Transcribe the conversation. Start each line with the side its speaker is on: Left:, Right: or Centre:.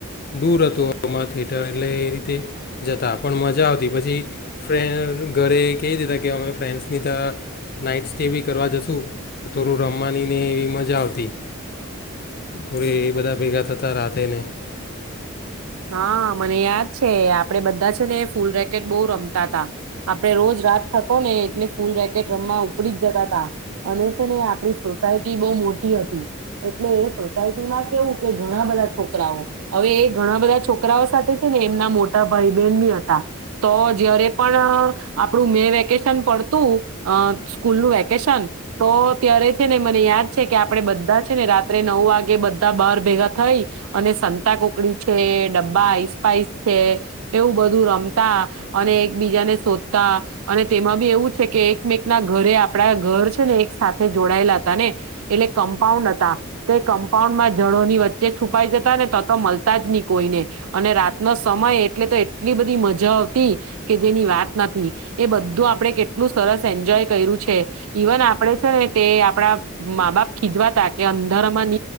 Left: દૂર હતું અમામાં થિયેટર એટલે એ રીતે જતા પણ મજા આવતી પછી ફ્રેન્ ઘરે કહી દેતા કે અમે ફ્રેન્ડ્સની તો નાઈટ સ્ટે બી કરવા જશું થોડું રમવાનીને એવી મજા આવતી. થોડી બધા ભેગા રાતે ને
Right: હા, મને યાદ છે આપડે બધા છે ને ફૂલ રેકેટ બહુ રમતા તા આપડે રોજ રાત થતો ને એટલે ફૂલ રેકેટ રમવા ઉપડી જ જતા તા અને છે ને આપડી સોસાયટી બહુ મોટી હતી એટલે એ સોસાયટીમાં કેવું કે ઘણા બધા છોકરાઓ હવે એ ઘણા બધા છોકરાઓ સાથે છે ને એમના મોટા ભાઈ બહેન બી હતા તો જયારે પણ આપડુ મે વેકેશન પડતું અહ સ્કૂલનું વેકેશન તો ત્યારે છે ને મને યાદ છે કે આપડે બધા છે ને રાત્રે નવ વાગ ગે બધા બાર ભેગા થઈ અને સંતા કોકડી છે ડબ્બાસ્પાઈસ છે એવું બધું રમતા અને એકબીજાને શોધતા અને તેમાં બી એવું છે કે એકમેક ના ઘરે આપડા ઘર છે ને એક સાથે જોડાયેલા હતા ને એટલે કમ્પાઉન્ડ હતા તો એ કંપ પાઉન્ડ માં જડોની વચ્ચે છુપાઈ જતા ને તો મલતા જ ની. કોઈને. અને રાતનો સમય એટલે તો એટલી બધી મજા આવતી કે જેની વાત નથી એ બધું આપણે કેટલું સરસ એન્જોય કર્યું છે ઈવન આપડે છે ને તે આપડા મા બાપ ખીજવાતા કે અંદરમાં માં